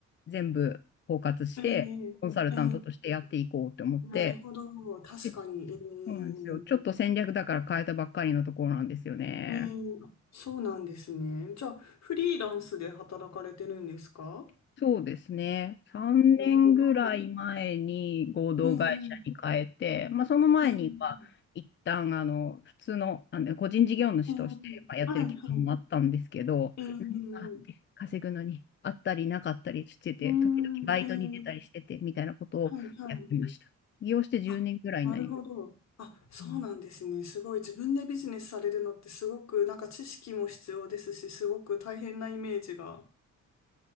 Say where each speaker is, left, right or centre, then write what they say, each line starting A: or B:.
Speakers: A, on the left; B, on the left.
A: 全部包括して、
B: ええええ
A: コンサルタントとしてやっていこうと思って、
B: なるほど、確かに。
A: でそ
B: え
A: うなんですよ。ちょっと戦略だから変えたばっかりのところなんですよね。
B: ええー、あそうなんですね。じゃあ、フリーランスで働かれてるんですか
A: そうですね。3年ぐらい前に合同会社に変えて、
B: あ、なるほど。えー、
A: まあ、その前には一旦あの普通の、
B: えー、
A: あの個人事業主としてまあやってる期間もあったんですけど、
B: えー、はい、はい。えー、
A: 何があって稼ぐのにあったりなかったりしてて、
B: うーん、
A: 時々バイトに出たりしててみたいなことをやってました。
B: えー、はい、はい。
A: 起業して10年ぐらいになります。
B: あ、なるほど。あ、そうなんですね。
A: うん
B: すごい。自分でビジネスされるのってすごく、なんか知識も必要ですし、すごく大変なイメージが。